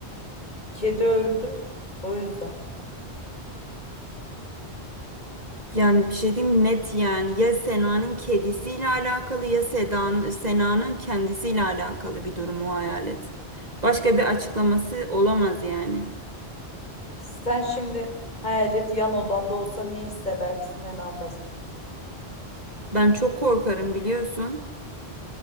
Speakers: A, on the left; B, on the right.
A: Kedi öldü. O yüzden.
B: Yani bir şey diyeyim net yani ya Sena'nın kedisiyle alakalı ya Sedan, Sena'nın kendisiyle alakalı bir durum o hayalet. Başka bir açıklaması olamaz yani.
A: Sen şimdi hayalet yan odanda olsa ne hissedersin ve ne yaparsın?
B: Ben çok korkarım biliyorsun.